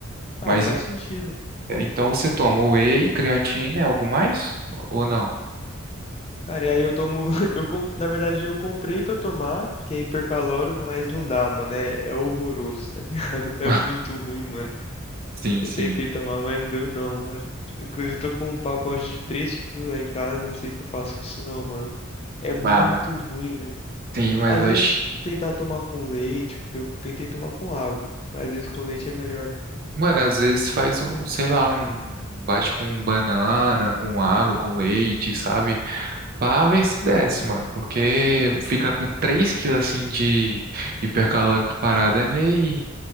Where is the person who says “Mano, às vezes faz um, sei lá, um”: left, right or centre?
Right